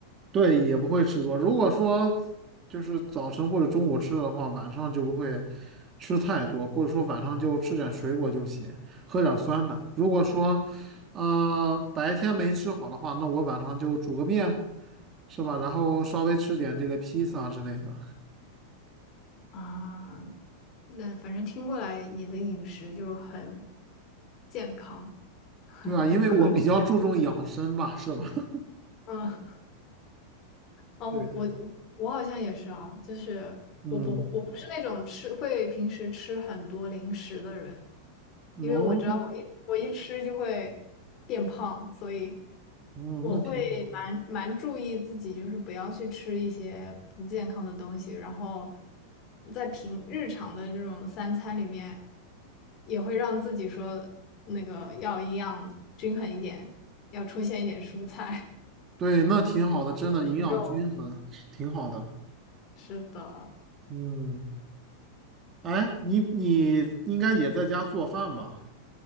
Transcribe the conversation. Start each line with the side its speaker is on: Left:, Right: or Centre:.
Right: 对，也不会吃多。如果说就是早晨或者中午吃的话，晚上就不会吃太多，或者说晚上就吃点水果就行，喝点酸奶。如果说呃白天没吃好的话，那我晚上就煮个面，是吧？然后稍微吃点这个披萨之类的。
Left: 啊。那反正听过来，你的饮食就很健康，
Right: 对啊，
Left: 很克制。
Right: 因为我比较注重养生吧，是吧？<laughs>
Left: 嗯哦，
Right: 对，
Left: 我我我好像也是啊，就是我不我不是那种吃会平时吃很多零食的人，
Right: 嗯，
Left: 因为我知道我一我一吃就会变胖，
Right: 哦，
Left: 所以
Right: 哦，
Left: 我会蛮蛮注意自己，
Right: 那挺好，
Left: 就是不要去吃一些不健康的东西，然后在平日常的这种三餐里面，也会让自己说那个要营养均衡一点，要出现一点蔬菜。
Right: 对，那挺好的，真的营养均衡，
Left: <laughs> 肉，
Right: 挺好的。
Left: 是的。
Right: 嗯，哎，你你应该也在家做饭吧？